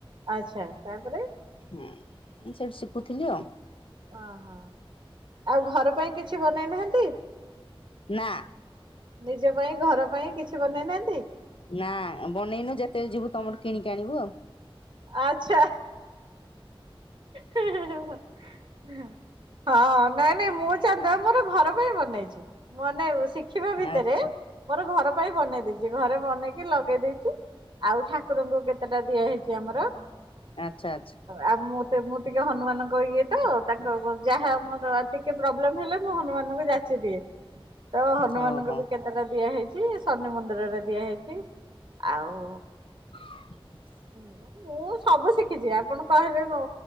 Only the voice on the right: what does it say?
ଆଚ୍ଛା ତାପରେ
ଓହୋ, ଆଉ ଘର ପାଇଁ କିଛି ବନେଇନାହାନ୍ତି?
ନିଜ ପାଇଁ, ଘର ପାଇଁ, କିଛି ବନେଇନାହାନ୍ତି?
ଆଛା, ହୁଁ ହୁଁ ହୁଁ ହୁଁ ହଁ, ନାଇଁ ନାଇଁ, ମୁଁ ଚାନ୍ଦୁଆ ମୋର ଘର ପାଇଁ ବନେଇଚି। ମନେଇବୁ, ଶିଖିବା ଭିତରେ
ମୋର ଘର ପାଇଁ ବନେଇ ଦେଇଚି, ଘରେ ବନେଇକି ଲଗେଇ ଦେଇଚି ଆଉ ଠାକୁରଙ୍କୁ କେତେଟା ଦିଆହେଇଚି। ଆମର,
ଆଉ ମୁତ ମୁଁ ଟିକେ ହନୁମାନଙ୍କ ଇଏ ତ, ତାଙ୍କ ଯାହା ମୋର ଟିକେ ପ୍ରୋବ୍ଲେମ ହେଲେ, ମୁଁ ହନୁମାନଙ୍କୁ ଯାଚି ଦିଏ, ତ ହନୁମାନଙ୍କୁ
ବି କେତ ଟା ଦିଆହଇଚି, ଶନି ମନ୍ଦିରରେ ଦିଆ ହେଇଚି, ଆଉ
ମୁଁ ସବୁ ଶିଖିଛି, ଆପଣ କହିବେ ମୁଁ,